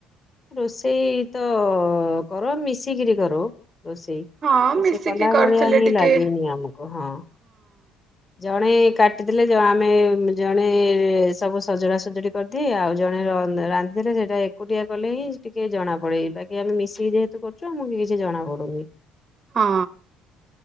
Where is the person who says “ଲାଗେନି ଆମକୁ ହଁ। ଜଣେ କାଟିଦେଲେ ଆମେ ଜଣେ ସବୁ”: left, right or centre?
Left